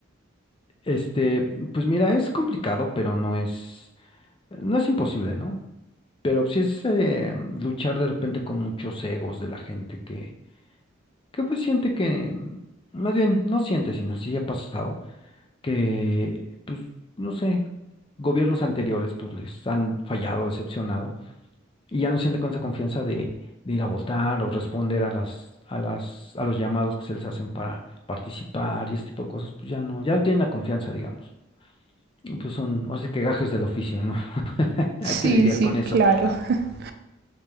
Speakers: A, on the left; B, on the right.
A: Este, pues mira, es complicado, pero no es, no es imposible, ¿no? Pero sí es eh, luchar de repente con muchos egos de la gente que, que pues siente que, más bien, no siente, sino sí ha pasado, que pues no sé, gobiernos anteriores pues les han fallado, decepcionado, y ya no siente con esa confianza de, de ir a votar o responder a las, a las, a los llamados que se les hacen para participar y este tipo de cosas, pues ya no, ya no tienen la confianza, digamos. Y, Pues son, así que gajes del oficio, ¿no? <laughs>
B: Sí,
A: Hay que lidiar
B: sí,
A: con eso.
B: claro. <laughs>